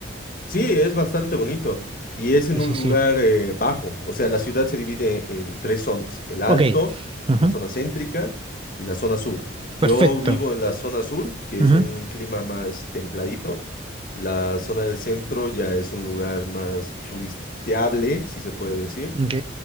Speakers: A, on the left (about 45°); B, on the right (about 30°).
A: Sí, es bastante bonito y es en
B: Sí,
A: un
B: sí,
A: lugar
B: sí.
A: eh, bajo, o sea, la ciudad se divide en tres zonas, el alto,
B: Ok. Ujú.
A: la zona céntrica y la zona sur. Yo
B: Perfecto.
A: vivo en la zona sur, que
B: Ujú.
A: es un clima más templadito, la zona del centro ya es un lugar más turisteable, si se puede decir,
B: Ok.